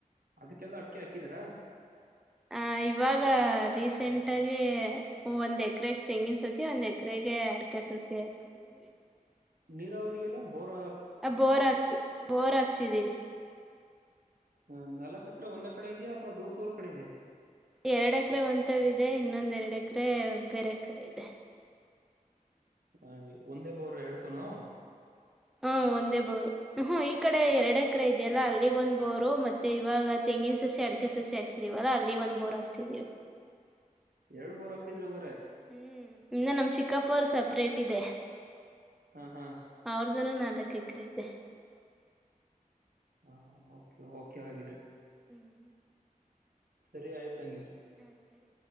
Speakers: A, on the right; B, in the centre.
A: ಅದಕ್ಕೆಲ್ಲ ಅಡಿಕೆ ಹಾಕಿದ್ರ
B: ಆ ಇವಾಗ ರೀ.. ಎಂಟಾಗಿ ಒಂದ್ ಎಕರೆಗೆ ತೆಂಗಿನ ಸಸಿ ಒಂದ್ ಎಕರೆಗೆ ಅಡಕೆ ಸಸಿ ಹಾಕ್ಸಿದೀವಿ
A: ನೀರಾವರಿಗೆಲ್ಲ ಬೋರ
B: ಬೋರಾ ಹಾಕ್ಸ್ ಬೋರಾ ಹಾಕ್ಸ್ ಇದ್ದೀವಿ
A: ಹ ನಾಲ್ಕಕ್ರ ಒಂದ ಕಡೆ ಇದೆಯಾ ಅಥವಾ ದೂರ್ ದೂರ್ ಕಡೆ ಇದೆಯಾ
B: ಎರಡ್ ಎಕರೆ ಒಂತವ ಇದೆ ಇನ್ನೊಂದ ಎರಡ್ ಎಕರೆ ಬೇರೆ ಕಡೆ ಇದೆ
A: ಹ ಒಂದೇ ಬೋರ್ ಎಡ್ಕೊನು
B: ಹಾ ಒಂದೇ ಬೋರು ಹು ಹೂ ಈ ಕಡೆ ಎರಡೆ ಎಕರೆ ಇದೆಯಲ್ಲಾ ಅಲ್ಲಿಗೊಂದ್ ಬೋರು ಮತ್ತೆ ಇವಾಗ ತೆಂಗಿನ ಸಸಿ ಅಡಕೆ ಸಸಿ ಹಾಕ್ಸಿದೀವಲ್ಲಾ ಅಲ್ಲಿಗೊಂದ್ ಬೋರ್ ಹಾಕ್ಸಿದೀವಿ
A: ಎರಡ್ ಬೋರ್ ಹಕ್ಸಿದ್ರಿ ಅಂಗರೇ
B: ಹ್ಮ್ ಇನ್ನೆ ನಮ್ ಚಿಕ್ಕಾಪುರ್ ಸಪ್ಪ ಪ್ರೇಟಿದೆ
A: ಹಾ ಹಾ
B: ಅವರದೊಂದ್ ಹತ್ತಕ್ರೆ ಇದೆ
A: ಹಾ ಓಕೆ ಓಕೆ ಹಾಗಗಿದ್ರೆ
B: ಹ್ಮ್
A: ಸರಿ ಆಯ್ತಂಗಿರ್
B: ಹಾ ಸರಿ